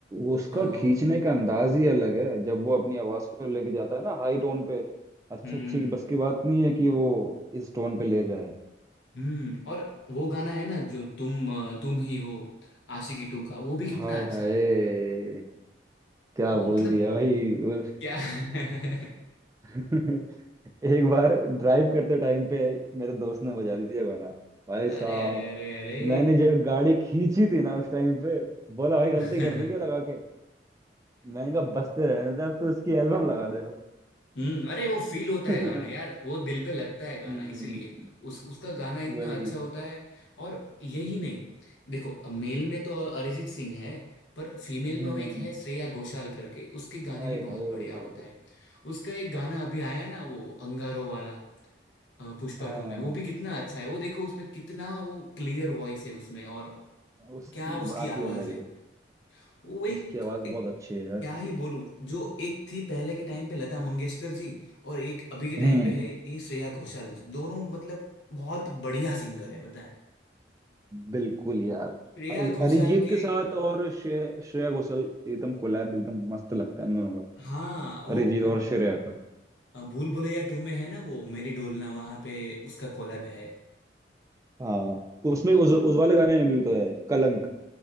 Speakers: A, on the right (about 15°); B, on the left (about 85°).
A: उसका
B: अ,
A: खींचने का अंदाज ही अलग है जब वो अपनी आवाज को लेके जाता है ना हाई टोन पे अच्छे
B: हम्म
A: अच्छे की बस की बात नहीं है कि वो इस टोन पे ले जाए
B: हम्म और वो गाना है ना जो तुम अ, तुम ही हो आशिकी टू का वो भी कितना
A: हाय
B: अच्छा
A: हाय
B: है
A: क्या
B: वो
A: बोल
B: मतलब
A: दिया भाई उस-
B: क्या <laughs>
A: <laughs> एक बार ड्राइव करते टाइम पे मेरे दोस्त ने बजा दिया गाना भाई
B: अरे
A: साहब
B: अरे अरे अरे
A: मैंने जब गाड़ी खींची थी ना उस टाइम पे बोला भाई
B: <laughs>
A: गलती कर दी क्या लगा के मैंने कहा बसते रहने दे अब तो उसकी एल्बम लगा दे अब
B: हम्म अरे वो फील होता
A: <laughs>
B: है गाना यार वो दिल पे लगता है गाना
A: हम्म
B: इसीलिए उस उसका गाना इतना
A: वही
B: अच्छा होता है और यही नहीं देखो मेल में तो अरिजीत सिंह है पर फीमेल
A: हम्म
B: में वो एक
A: हम्म।
B: है श्रेया घोषाल करके उसके गाने
A: आए
B: भी बहुत
A: हाय
B: बढ़िया होता है उसका एक गाना अभी आया है ना वो अंगारो वाला अ, पुष्पा
A: हाँ
B: टू में वो भी कितना अच्छा है वो देखो उसमें कितना वो क्लियर वॉइस है उसमें और
A: उसकी
B: क्या उसकी
A: बात
B: आवाज
A: ही अलग
B: है
A: है
B: वो एक
A: उसकी आवाज
B: एक
A: बहुत अच्छी है यार
B: क्या ही बोलूं जो एक थी पहले के टाइम पे लता मंगेशकर जी और एक अभी के टाइम
A: हम्म
B: पे है ये श्रेया घोषाल जी दोनों मतलब बहुत बढ़िया सिंगर है बताए
A: बिल्कुल यार
B: श्रेया
A: अरि-
B: घोषाल
A: अरिजीत
B: के
A: के साथ और श्रे- श्रेया घोषाल एकदम कोलैब एकदम मस्त लगता है इन दोनों का
B: हाँ वो
A: अरिजीत और श्रेया का
B: अ, भूल भुलैया टू में है ना वो मेरी डोलना वहां पे उसका कोलैब है
A: हाँ उसमें
B: हाँ
A: उस उस वाले गाने में भी तो है कलंक